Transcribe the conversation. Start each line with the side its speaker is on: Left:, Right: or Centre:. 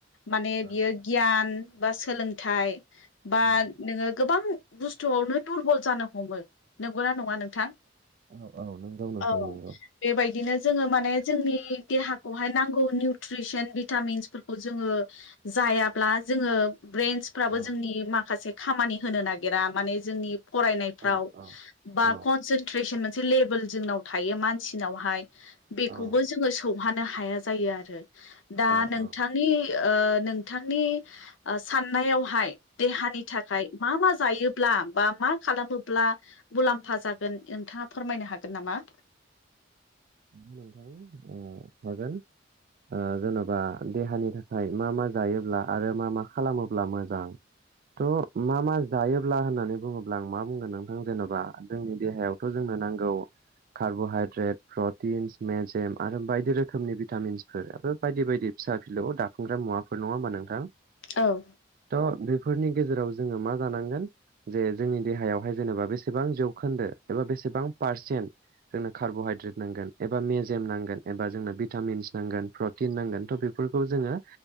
Left: माने
Right: औ
Left: बियो गियान बा सोलोंथाइ बा
Right: औ
Left: नोङो गोबां बुस्थुआवनो दुरबल जानो हमो नंगौना नङा नोंथां?
Right: औ औ नोंगौ नोंथां
Left: औ
Right: नोंगौ।
Left: बेबायदिनो जोङो माने जोंनि देहाखौहाय नांगौ निउट्रिसन भिटामिन्सफोरखौ जोङो जायाब्ला जोङो ब्रेन्स फाबो
Right: औ
Left: जोंनि माखासे खामानि होनो नागिरा माने जोंनि फरायनायफ्राव
Right: औ औ
Left: बा
Right: औ
Left: कनसेन्ट्रेसन मोनसे लेभेल जोंनाव थायो मानसिनावहाय बेखौबो
Right: औ
Left: जोङो सौहानो हाया जायो आरो दा
Right: औ
Left: नोंथांनि
Right: औ
Left: ओ नोंथांनि साननायावहाय देहानि थाखाय मा मा जायोब्ला बा मा खालामोब्ला मुलाम्फा जागोन नोंथाङा फोरमायनो हागोन नामा? <inaudible>
Right: ओ हागोन। ओ जेन'बा देहानि थाखाय मा मा जायोब्ला आरो मा मा खालामोब्ला मोजां। थ' मा मा जायोब्ला होननानै बुङोब्ला आं मा बुंगोन नोंथां जेन'बा जोंनि देहायावथ' जों नो नांगौ का रब'हाइद्रेट प्रटिन्स मेजेम आरो बायदि रोखोमनि भिटामिन्सफोर बायदि बायदि फिसा फि खौ दाफुंग्रा मुवाफोर नङा होनबा नोंथां।
Left: औ
Right: थ' बेफोरनि गेजेराव जोङो मा जानांगोन जे जोंनि देहायावहाय जेनेबा बेसेबां जौखोन्दो एबा बेसेबां पारसेन्ट जोंनो कार्ब'हाइद्रेट नांगोन एबा मेजेम नांगोन एबा जोंनो भिटामिन्स नांगोन प्रटिन नांगोन थ' बेफोर खौ जोङो